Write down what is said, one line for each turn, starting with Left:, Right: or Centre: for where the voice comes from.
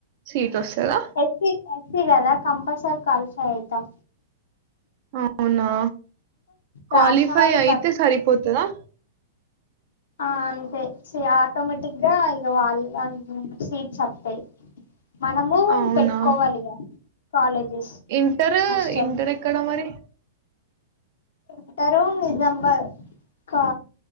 Right: సీట్ వస్తదా
Left: ఎస్సీ ఎస్సీ కదా కంపల్సరీ క్వాలిఫై అయితాం
Right: అవునా క్వాలిఫై
Left: రాసిన వాళ్ళు
Right: అయితే
Left: ప్ర
Right: సరిపోతదా
Left: ఆ అంతే సి ఆటోమేటిక్ గా ఇక వాళ్ల సీట్స్ వత్తాయ్ మనము
Right: అవునా?
Left: పెట్టుకోవాలి ఇగా కాలేజెస్
Right: ఇంటర్
Left: హాస్టల్
Right: ఇంటర్ ఎక్కడ మరి?
Left: ఇంటరు నిజాంబాద్ కా